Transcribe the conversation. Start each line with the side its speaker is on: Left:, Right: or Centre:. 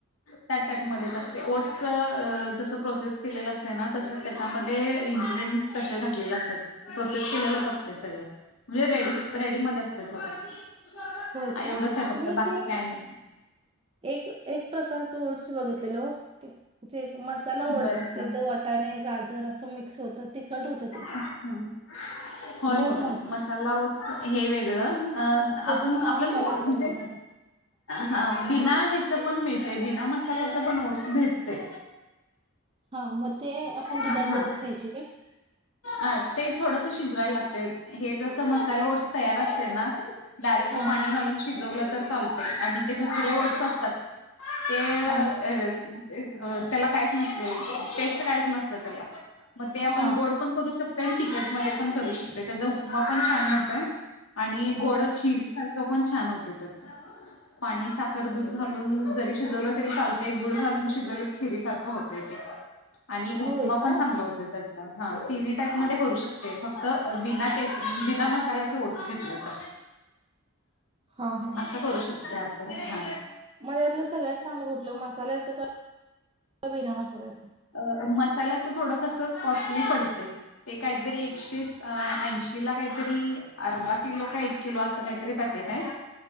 Left: त्या टॅकमध्ये असते ओटसच जस प्रोसेस केलेलं असते ना तस त्याच्यामध्ये इन्ग्रिडियंट तसे घातलेले असतात प्रोसेस केलेलंच असते सगळं. म्हणजे रेडी रेडी मध्ये असते थोडस
Right: होय का
Left: एवढंच आहे फक्त
Right: मी
Left: बाकी
Right: ते
Left: काय नाही.
Right: एक एक प्रकारच ओट्स बघितलेले मसाला ओट्स
Left: बरं
Right: तेथ
Left: हा बरं
Right: वटाणे गाजर असं मिक्स होतं तिखट होतं ते
Left: हा होय
Right: गोड
Left: होय
Right: नव्हतं
Left: मसाला ओट हे वेगळं आपण
Right: त्याचं नाव
Left: आपल्याला
Right: मला
Left: ग
Right: आठवना
Left: म्हणजे
Right: झालं
Left: हा बिना ह्याच पण मिळतय बिना मसाल्याच पण ओट्स भेटते.
Right: हा मग ते आपण
Left: हा
Right: दुधासोबत खायचे.
Left: अ ते थोडस शिजवायला लागत हे जसं मसाला ओट्स तयार असते ना, डायरेक्ट
Right: हा
Left: पाणी घालून शिजवलं तर चालतं आणि ते दुसरे
Right: हा
Left: ओटस असतात. ते
Right: हा
Left: अ त्याला काहीच नसते टेस्ट काहीच नसतं त्याला मग ते
Right: हा
Left: आपण गोड पण करू शकतो. म तिकट मध्ये पण करू शकते त्याचा उपमा पण छान होतय. आणि गोड
Right: बस
Left: खिरी सारखं पण छान होते त्या पाणी साखर दूध घालून जरी शिजवलं तरी चालते गुळ घालून शिजव खीरी सारखं होत ते आणि
Right: होय
Left: उपमा पण
Right: का
Left: चांगला होत त्याचा हा तिन्ही टाईप मध्ये करू शकता. फक्त बिना टेस्ट बिना मसाल्याच ओढच घेतलंता.
Right: हा हा
Left: असं करू शकतो आपण हा
Right: मध्ये्यातलं सगळ्यात चांगलं कुठलं मसाल्याचं क बी ना मसाल्याचं,
Left: अ मसाल्याचं थोडं कसं कॉस्टली पडते. ते काहीतरी एकशे ऐंशी ला काहीतरी अर्धा किलो का एक किलो असं काहीतरी पाकीट आहे.